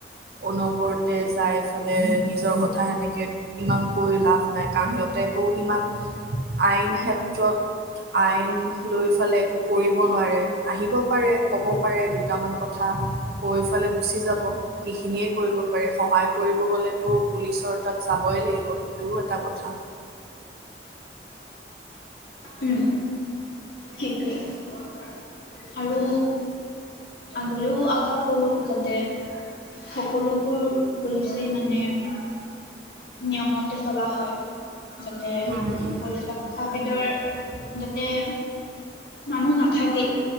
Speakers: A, on the right; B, on the left.
A: অনবৰতে যাই ফালে নিজৰ ক কথা এনেকে ইমানকৈ লাভ নাই কাৰণ সিহঁতে আ একো সিমান আইন ক্ষেত্ৰত আইন লৈ ফালে এক কৰিব নোৱাৰে আহিব পাৰে ক'ব পাৰে দুটামান কথা কৈ পেলায় গুচি যাব সেইখিনিয়ে কৰিব পাৰে সহায় কৰিব গ'লেতো পুলিচৰ তাত যাবই লাগিব সেইটোও এটা কথা।
B: উম সেইটোৱে আৰু হলেও আশা কৰোঁ যাতে সকলো বোৰ পুলিছেই মানে নিয়মতে চলা হয় যাতে
A: উম
B: পইচা উসাবিদৰ যাতে মানুহ নাথাকেই